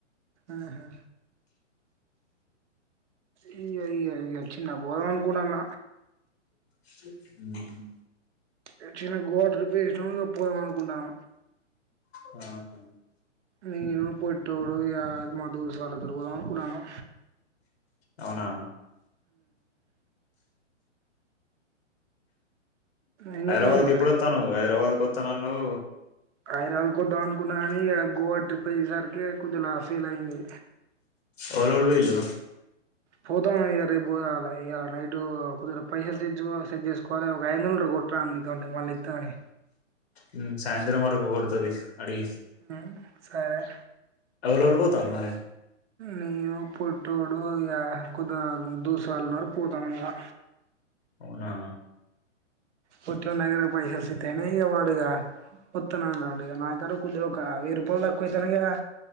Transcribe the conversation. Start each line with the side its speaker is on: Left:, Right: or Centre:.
Right: ఆహా అయ్యయ్యయో చిన్న బోదాం అనుకున్నాన్న
Left: హ్మ్
Right: అక్చుల్లీ గోడర్పే పోదాం అనుకుంటామనం
Left: హ్మ్
Right: నేను పోట్టోడు ఇగా మా దోస్త్ వాళ్ళతో ర పోదామనుకుంటానం
Left: అవునా
Right: ఏం
Left: హైదరాబాద్
Right: చేత్తన్నావ్
Left: కు
Right: మరి
Left: ఎప్పుడు వత్తనవ్ హైదరాబాద్ పోత నన్నవ్
Right: హైదరాబాద్కు వద్దాం అనుకున్నా కాని ఆ గోవా ట్రిప్ అయ్యేసరికి కొద్దిలా ఫెల్ అయింది
Left: ఓవలోవలు పోయిళ్ళు
Right: పోతాం ఇగా రేపు పోవలె ఇగా నైట్ కొద్దిగా పైసలుసేజు సెట్ చేసువాలి ఒక ఐదు వందలు ఉంటే కోట్ర నికాడుంటే మళ్ళీ ఇత్తగని
Left: ఉ సాయంత్రం వరకు కొడుతది అడి
Right: మ్మ్ సరే
Left: ఎవలెవలు పోతల్లు మరే
Right: నేను పోట్టోడు ఇగా కొద్దిగా దోస్తుగాల్లున్నారు పోతానం ఇంకా
Left: అవునా
Right: పొట్టొనీ దగ్గర పైసలు సేట్టయినయ్ ఇగ వాడు ఇగ వత్తనటండు నాకాడా కొద్దిగా ఒక వెయ్యి రూపాయలు తక్కువైతనాయ్ కదా